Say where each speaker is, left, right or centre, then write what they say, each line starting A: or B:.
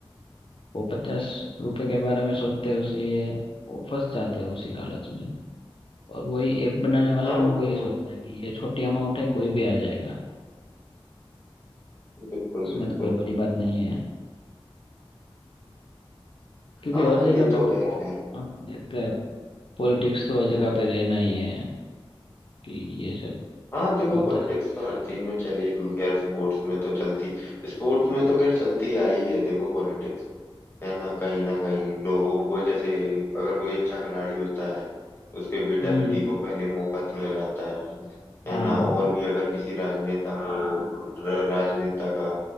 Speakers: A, on the left; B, on the left.
A: वो पचास रुपए के बारे में सोचते हैं इसलिए वो फंस जाते हैं उसी लालच में और वही ऐप बनाने वाले
B: हाँ
A: ने वही
B: वो
A: सोचा है कि ये छोटी अमाउंट है कोई भी आ जाएगा
B: बिल्कुल
A: उसमें
B: बिल्कुल
A: तो कोई बड़ी बात नहीं है क्योंकि
B: हाँ
A: हर जगह
B: ये
A: पे
B: तो
A: पो-
B: है खैर
A: आप देखते हैं पॉलिटिक्स तो हर जगह पे रहना ही है कि ये सब
B: हाँ देखो
A: होता
B: पॉलिटिक्स
A: ही रहता
B: तो हर
A: है
B: चीज में चलेगी खैर स्पोर्ट्स में तो चलती स्पोर्ट्स में तो खैर चलती आई है देखो पॉलिटिक्स है ना कहीं ना कहीं लोगों को जैसे अगर कोई अच्छा खिलाड़ी होता है तो उसके बेटा
A: हम्म
B: बेटी को पहले मौका दिया जाता है
A: हाँ
B: है ना और भी अगर किसी राजनेता को र- राजनेता का